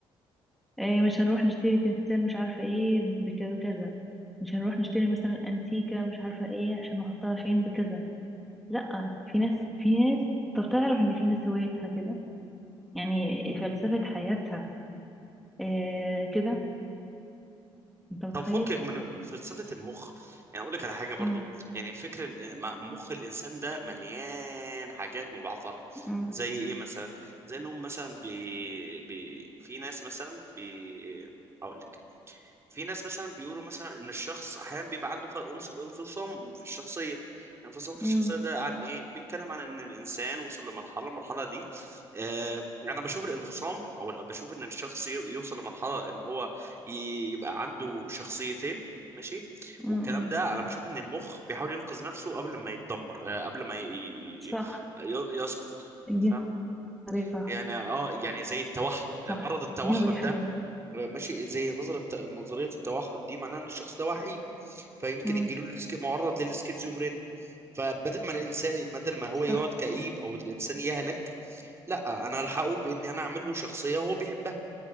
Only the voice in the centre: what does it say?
اه مش هنروح نشتري تمثال مش عارفة ايه بكذا مش هنروح نشتري مثلا انتيكة مش عارفة ايه عشان نحطها فين بكذا لا في ناس في ناس طب تعرف ان في ناس هوايتها كده يعني فلسفة حياتها اه كده انت متخيل
امم
امم
امم
امم
صح
دي
نظرية صح
صح
دي نظرية حقيقية
امم
صح